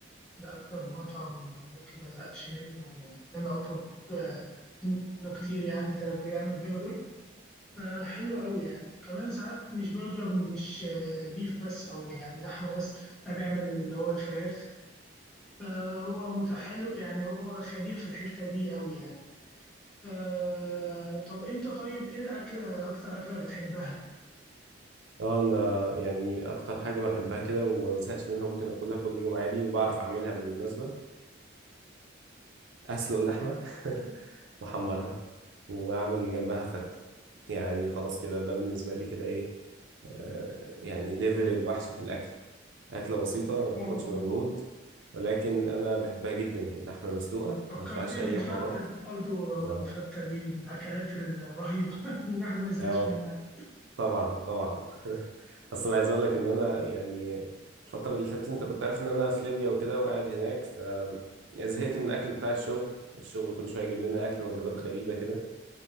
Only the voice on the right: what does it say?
اه انا يعني اكتر حاجه بحبها كده وما بزهقش منها ممكن اكلها كل يوم عادي وبعرف اعملها بالمناسبه اسلق اللحمه <laughs> واحمرها واعمل جنبها فته يعني خلاص كده ده بالنسبه لي كده ايه آه، يعني ليفل الوحش في الاكل اكله بسيطه ما بتاخدش
مجهود ولكن انا بحبها جدا يعني لحمه مسلوقه
ما فيهاش اي
حوارات
اه
اه
طبعا طبعا <laughs> اصلا عايز اقول لك ان انا يعني الفتره اللي فاتت انت كنت عارف ان انا في ليبيا وكده وقاعد هناك ف زهقت من الاكل بتاع الشغل الشغل كل شويه يجيب لنا اكل وجبات غريبه كده